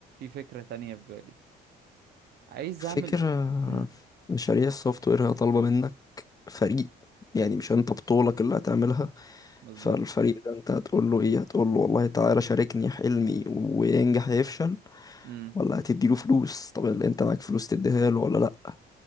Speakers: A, on the right; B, on the left.
A: فكرة تانية في بالي عايز
B: فكرة
A: اعمل مم،
B: مشاريع السوفت وير هي طالبة منك فريق يعني
A: بالظبط
B: مش انت بطولك اللي هتعملها
A: بالظبط
B: فالفريق ده انت هتقول له ايه هتقول له والله تعالى شاركني حلمي وينجح يفشل
A: امم
B: ولا هتديله فلوس طب اللي انت معاك فلوس تديها له ولا لا